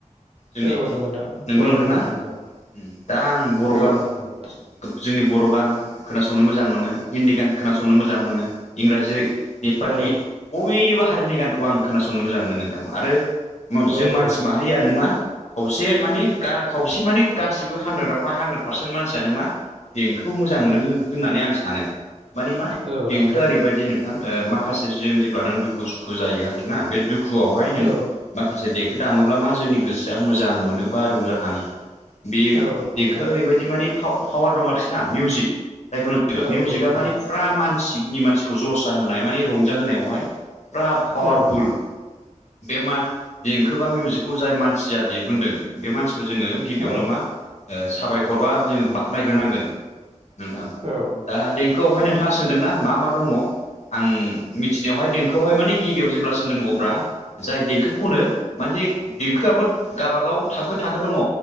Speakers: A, on the left; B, on the right.
A: जोंनि
B: औ नंगौ नोंथां
A: नंगौ
B: औ
A: नोंथां ना
B: नंगौ
A: ओ दा आं बर'
B: औ
A: गान
B: नंगौ नंगौ औ
A: जोंनि बर' गान खोनासंनो मोजां मोनो हिन्दी गान खोनासंनो मोजां मोनो इंराजि नेपालि
B: औ
A: बयनिबो हारिनि गानखौ आं खोनासंनो मोजां मोनो नोंथां आरो
B: औ
A: जों मानसि
B: औ
A: म दैयानो मा। खावसे माने खावसे माने गासिबो हानद्रेदावहाय हानद्रेद पार्सेन्ट मानसियानो मा। बेंकखौ मोजां मोनो होननानै आं सानो। मानिमा
B: औ
A: देंखो
B: नंगौ नोंथां
A: ओरैबायदि नोंथां माखासे जों जेब्ला नों दुखु सुखु जायो आरोखि ना बे दुु दुखुआवहाय नों
B: औ
A: माखासे देंखो दामोब्ला मा जोंनि गोसोआ मोजां मोनो बा रंजाखांङो। बे
B: औ नंगौ
A: देंखोआ
B: नोंथां
A: ओरैबायदि मानि पावार दं आरोखि ना मिउजिक। जायखौ नुजग
B: औ
A: मिउजिकआ
B: औ नोंथां
A: माने फुरा मानसिनि मानसिखौ जस म रंजाहहाय फुरा पावारफुल
B: औ
A: बे मा देंखो बा मिउजिकखौ जाय मानसिया दिहुनदों बे मानसिखौ जोंङो। गिबियावनो
B: औ नंगौ नोंथां औ
A: मा साबायखरबा जोंङो बाखनायग्रोनांगोन नोंथां।
B: औ।
A: दा देंखोआवहाय नोंथांङा सोंदों ना मा मा दंङ। आं मिथिनायावहाय दोंखोआवहाय माने गिबियाव जेब्ला सोलोंङो अब्ला जाय देंखो खनो माने देंखोआबो गावाबागाव थाखो थाखो दंङ।